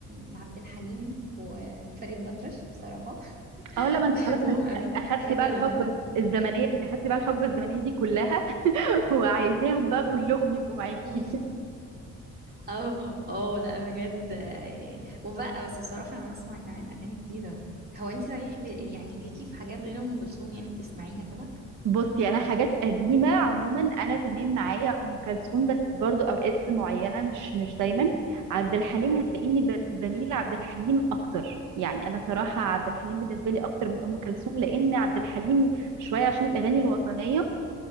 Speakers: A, on the right (about 30°); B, on the right (about 80°).
A: لعبد الحليم وفريد الأطرش بصراحة
B: اه
A: <laughs>
B: لا ما انت
A: بحبهم
B: خلاص ما انت خ-
A: قوي
B: اخدتي
A: بحب
B: بقى
A: الرومان
B: الحقبه الزمنيه انت اخدتي بقى الحقبه الزمنيه دي كلها <laughs> وعايزاهم بقى كلهم يبقوا معاكي
A: مم. <laughs> اه اه لا بجد آه، يعني وبقى بس بصراحة أنا بسمع كمان أغاني جديدة هو أنت صحيح ب... يعني ليكي في حاجات غير أم كلثوم يعني بتسمعيها كده
B: بصي انا حاجات قديمه عموما انا تمام معايا ام كلثوم بس برضو اوقات معينه مش مش دايما عبد الحليم هتلاقيني ب- بميل لعبد الحليم اكتر يعني انا صراحه عبد الحليم بالنسبه لي اكتر من ام كلثوم لان عبد الحليم شويه عشان الاغاني الوطنيه